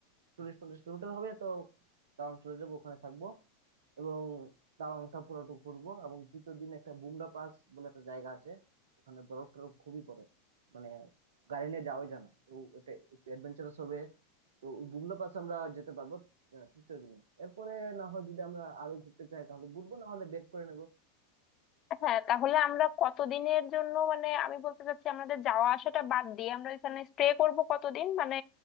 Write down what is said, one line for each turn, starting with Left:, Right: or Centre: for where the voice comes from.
Right: চল্লিশ পঞ্চাশ কিলোমিটার হবে তো তাওয়াং চলে যাব ওখানে থাকবো এবং তাওয়াংটা পুরোটুকু ঘুরবো এবং তৃতীয় দিন একটা বুমলা পাস বলে একটা জায়গা আছে ওখানে বরফ টরফ খুবই পড়ে মানে গাড়ি নিয়ে যাওয়াই জানা তো এটা একটু অ্যাডভেঞ্চারাস হবে তো ওই বুমলা পাস আমরা যেতে পারবো আহ, তৃতীয় দিনে এরপরে না হয় যদি আমরা আরো ঘুরতে চাই তাহলে ঘুরবো না হলে বেক করে নেবো
Left: হ্যাঁ তাহলে আমরা কতদিনের জন্য মানে আমি বলতে চাচ্ছি আমাদের যাওয়া আসাটা বাদ দিয়ে আমরা এখানে স্টে করব কতদিন মানে